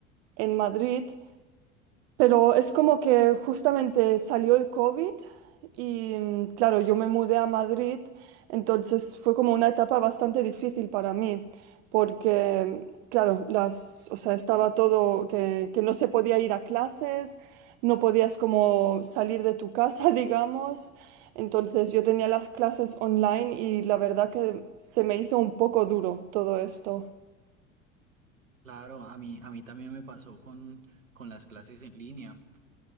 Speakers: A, on the right; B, on the right.
A: en Madrid pero es como que justamente salió el COVID y mm, claro, yo me mudé a Madrid, entonces fue como una etapa bastante difícil para mí, porque mm, claro, las, o sea, estaba todo que, que no se podía ir a clases, no podías como salir de tu casa, <laughs> digamos. Entonces yo tenía las clases online y la verdad que se me hizo un poco duro todo esto.
B: Claro, a mí, a mí también me pasó con, con las clases en línea.